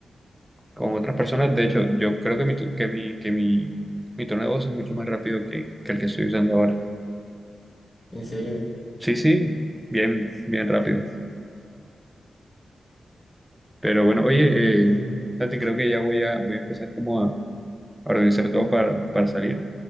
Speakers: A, in the centre; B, on the left.
A: con otras personas. De hecho, yo creo que mi, tu- que mi, que mi, mi tono de voz es mucho más rápido que, que el que estoy usando ahora.
B: en serio.
A: Sí, sí, bien, bien rápido. Pero bueno, oye,
B: Sí, porque,
A: eh, Santi, creo que ya voy a, voy a empezar como a, a organizar todo para, para salir.